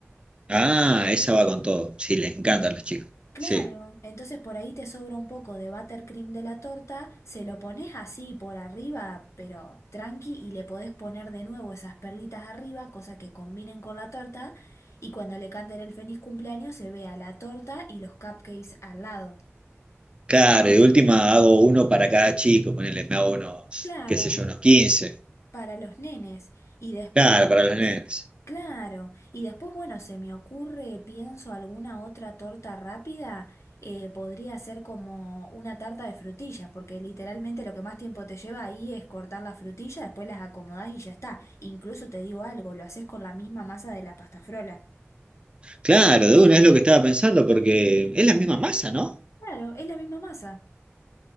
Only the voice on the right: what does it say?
Ah, esa va con todo. Sí, les encantan los chicos.
Sí.
Claro, y de última hago uno para cada chico, ponele, me hago unos,
qué sé yo, unos 15.
Claro, para los nenes.
Claro, de una es lo que estaba pensando, porque es la misma masa, ¿no?